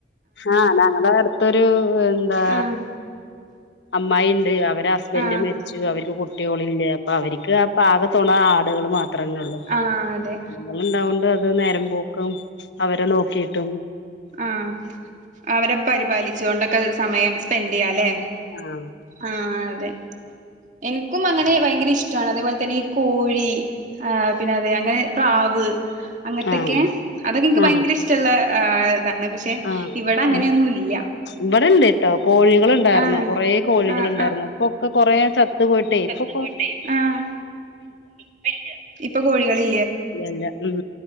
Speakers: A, on the left (about 85°); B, on the right (about 45°).
A: ആഹ് ഞങ്ങടെ അടുത്തൊരു എന്താ
B: ആഹ്
A: അമ്മായി ഇണ്ട് അവര് ഹസ്ബൻഡ്
B: ആഹ്
A: മരിച്ചു അവർക്ക് കു ട്ട്യോളില്ല അപ്പവര്ക്ക് അപ്പ ആകെത്തുണ ആടുകള് മാ ത്രല്ലേ ള്ളൂ
B: ആഹ് അതെ
A: അതുങ്ങളുണ്ടാവോണ്ട് അത് നേരം പോക്കും അവരെ നോക്കീട്ടും
B: ആഹ് അവരെ പരിപാലി ച്ചോണ്ടൊക്കെ സമയം സ്പെൻഡ് ചെയ്യാല്ലേ
A: ആഹ്
B: ആഹ് അതെ. എനിക്കും അങ്ങനെ ഭയങ്കര ഇഷ്ടാണ് അതേപോലെ തന്നെ ഈ കോഴി ആ പിന്നെ അതെ അങ്ങനെ പ്രാവ് അങ്ങനത്തൊക്കെ
A: ആഹ്
B: അതൊക്കെ എനിക്ക്
A: ആഹ്
B: ഭയങ്കര ഇഷ്‌ടമുള്ള ഏഹ് ഇതാണ് പക്ഷെ
A: ആഹ്
B: ഇവിടെ അങ്ങനെയൊന്നും
A: ഉം
B: ഇല്ല.
A: ഇവിടെണ്ട് കേട്ടോ കോഴികളുണ്ടായിരുന്നു
B: ആഹ്
A: കൊറേ കോഴികൾ
B: ആഹ്
A: ഉണ്ടായിരുന്നു ഇപ്പൊക്കെ കൊറേ ചത്ത് പോയിട്ടേ ഇപ്പൊ
B: ചത്തു പോയിട്ടേ ആഹ് <inaudible> ഇപ്പൊ കോഴികളി
A: ഇല്ല ഇല്ല ഉം